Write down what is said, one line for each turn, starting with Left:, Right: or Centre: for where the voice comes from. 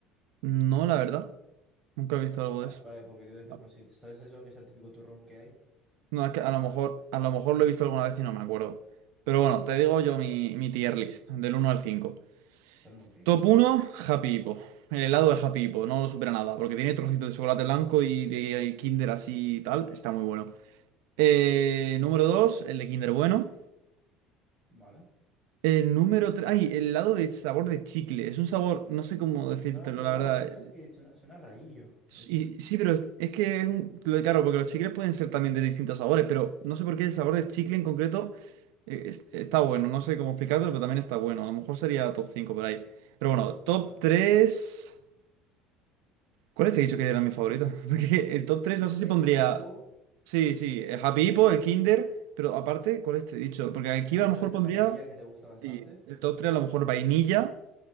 Right: No, la verdad, nunca he visto algo
Centre: Va-
Right: de eso.
Centre: Vale, porque te voy a decir
Right: Ah,
Centre: por si sabes eso, que es el típico turrón que hay.
Right: No, es que
Centre: Bueno,
Right: a lo
Centre: nada,
Right: mejor, a lo mejor lo he visto alguna vez y no me acuerdo. Pero bueno, te digo yo mi, mi tier list, del uno al cinco
Centre: pero no un 5,
Right: Top uno Happy Hippo. El helado de Happy Hippo, no lo supera nada, porque tiene trocitos de chocolate blanco y de Kinder así y tal, está muy bueno. Eh, número 2 el de Kinder bueno.
Centre: ¿vale?
Right: El número 3, Ay, el lado de sabor de chicle. Es un sabor, no sé cómo decírtelo,
Centre: No lo he probado,
Right: la verdad.
Centre: pero es que suena, suena rarillo,
Right: Sí,
Centre: eso,
Right: sí, pero es es que es un, lo de claro, porque los chicles pueden ser también de distintos sabores, pero no sé por qué el sabor de chicle en concreto eh, es- está bueno. No sé cómo explicarlo, pero también está bueno. A lo mejor sería top 5 por ahí. Pero bueno, top
Centre: ¿vale?
Right: 3, ¿Cuál te he dicho que era mi favorito? <laughs> Porque el top 3 no sé si
Centre: El
Right: pondría.
Centre: hipo,
Right: Sí, sí,
Centre: el
Right: el
Centre: hipo.
Right: Happy Hippo, el Kinder. Pero aparte, ¿cuál te he dicho? Porque aquí
Centre: Me has
Right: a lo
Centre: dicho
Right: mejor
Centre: también
Right: pondría.
Centre: el vainilla que te gusta bastante,
Right: sí, el top 3 a lo mejor vainilla.